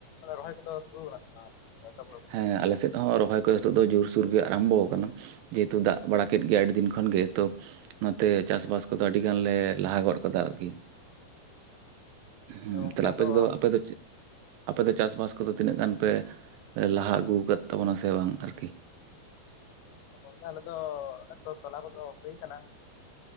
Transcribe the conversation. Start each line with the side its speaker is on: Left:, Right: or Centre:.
Left: ᱫᱚ ᱨᱚᱦᱚᱭ ᱠᱚᱫᱚ ᱥᱩᱨᱩ ᱠᱟᱱᱟ ᱥᱮ ᱵᱟᱝ ᱛᱟᱯᱚᱨ
Right: ᱦᱮᱸ ᱟᱞᱮ ᱥᱮᱫ ᱦᱚᱸ ᱨᱚᱦᱚᱭ ᱠᱚ ᱦᱤᱛᱚᱜ ᱫᱚ ᱡᱩᱨ-ᱥᱩᱨ ᱜᱮ ᱟᱨᱟᱢᱵᱚ ᱠᱟᱱᱟ ᱡᱮᱦᱩᱛᱩ ᱫᱟᱜ ᱵᱟᱲᱟ ᱠᱮᱫ ᱜᱮᱭᱟ, ᱟᱹᱰᱤ ᱫᱤᱱ ᱠᱷᱚᱱ ᱜᱮ ᱛᱚ ᱚᱱᱟᱛᱮ ᱪᱟᱥᱵᱟᱥ ᱠᱚᱫᱚ ᱟᱹᱰᱤ ᱜᱟᱱᱞᱮ ᱞᱟᱦᱟ ᱜᱚᱫ ᱠᱟᱫᱟ ᱟᱨᱠᱤ ᱦᱩᱸ
Left: ᱜᱚᱝᱠᱮ
Right: ᱛᱟᱞᱦᱮ ᱟᱯᱮ
Left: ᱟᱫᱚ
Right: ᱥᱮᱫ ᱫᱚ ᱟᱯᱮ ᱫᱚ ᱪᱮᱫ ᱟᱯᱮ ᱫᱚ ᱪᱟᱥ ᱵᱟᱥ ᱠᱚ ᱫᱚ ᱛᱤᱱᱟᱹᱜ ᱜᱟᱱ ᱯᱮ ᱞᱟᱦᱟ ᱟᱹᱜᱩ ᱟᱠᱟᱫ ᱛᱟᱵᱚᱱᱟ ᱥᱮ ᱵᱟᱝ ᱟᱨᱠᱤ
Left: ᱜᱚᱝᱠᱮ ᱟᱞᱮ ᱫᱚ ᱛᱚᱞᱟ ᱠᱚᱫᱚ ᱦᱩᱭ ᱠᱟᱱᱟ